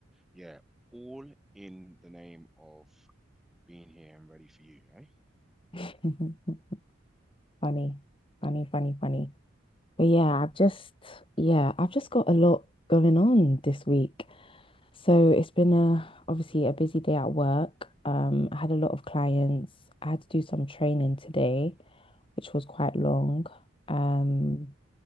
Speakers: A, in the centre; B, on the left (about 25°).
A: yeah, all in the name of being here and ready for you, eh?
B: <laughs> Funny, funny, funny, funny. But yeah, I've just, yeah, I've just got a lot going on this week. So it's been a, obviously a busy day at work. Um, I had a lot of clients. I had to do some training today, which was quite long. Um,
A: Mm.